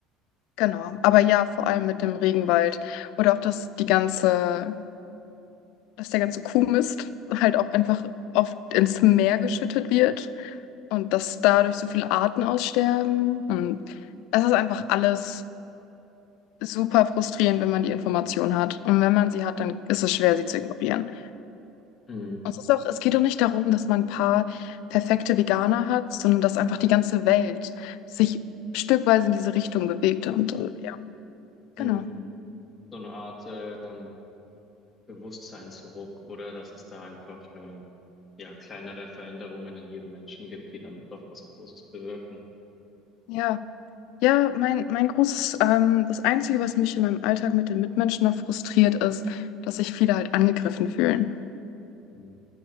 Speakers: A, on the left; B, on the left.
A: Genau, aber ja, vor allem mit dem Regenwald oder auch, dass die ganze, dass der ganze Kuhmist halt auch einfach oft ins Meer geschüttet wird und dass dadurch so viele Arten aussterben und es ist einfach alles super frustrierend, wenn man die Information hat und wenn man sie hat, dann ist es schwer, sie zu ignorieren.
B: Mhm.
A: Und es ist auch, es geht auch nicht darum, dass man ein paar perfekte Veganer hat, sondern dass einfach die ganze Welt sich stückweise in diese Richtung bewegt und äh, ja, genau.
B: Mhm. So eine Art ähm, Bewusstseinsruck, oder dass es da einfach äh, ja, kleinere Veränderungen in jedem Menschen gibt, die dann doch was Großes bewirken.
A: Ja. Ja, mein, mein großes, ähm, das Einzige, was mich in meinem Alltag mit den Mitmenschen noch frustriert, ist, dass sich viele halt angegriffen fühlen.
B: Mhm.